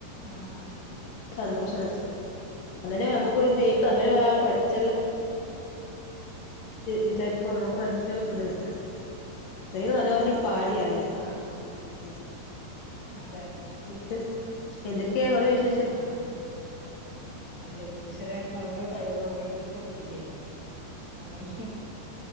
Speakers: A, in the centre; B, on the left.
A: ആഹ് ആഹ്
B: സന്തോഷം മനസ്സിൽ അങ്ങനെ നമുക്ക് അങ്ങനെ ഒരാള് പഠിച്ചല്ലോ
A: ഉ
B: വിചാരിക്ക നമുക്ക് മനസ്സിലോരുണ്ട് അത്രയും മനോഹരയ് പാടിയായൽ
A: ആ ആ
B: <inaudible>
A: അതെ
B: ഇന്നട്ട് എന്തക്കെയാ അവടെ വിശ്
A: ആഹ് ഹ് ഹ് ഹാ അന്റെ ഈശ്വരൻ ഓരോ കഴിവ് ഓരോരുത്തർക്ക് കൊടുക്കില്ലേ അതങ്ങനെ.